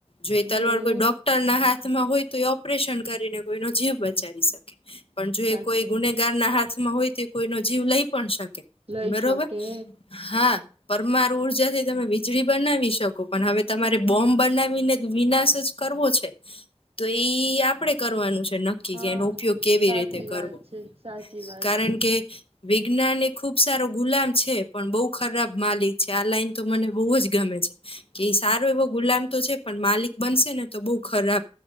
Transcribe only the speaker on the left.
જો એ
તલવાર કોઈ ડોક ના હાથમાં હોય તો એ ઓપરેશન કરીને, કોઈ નો જીવ બચાવી શકે, પણ જો
એ કોઈ ગુનેગાર ના હાથમાં હોય તો કોઈ ન જીવ લઈ. પણ શકે
બરોબર
હા, મા ઉર્જાથી તમે વીજળી બનાવી શકો પણ હવે તમારે બોમ્બ બનાવીને વિનાશ જ, કરવો છે તો ઈ આપડે કરવાનું છે ન ક્કી
કે એનો ઉપયોગ કેવી
રીતે કરવો
કારણ
કે વિ જ્ઞાન એ ખુબ સારો ગુલામ છે, પણ બહુ ખરાબ માલિક છે આ લાઈન તો મને બહુ જ ગમે છે. કે ઈ સારો એવો ગુલામ તો છે, પણ માલિક બનશે ને તો બઉ ખરાબ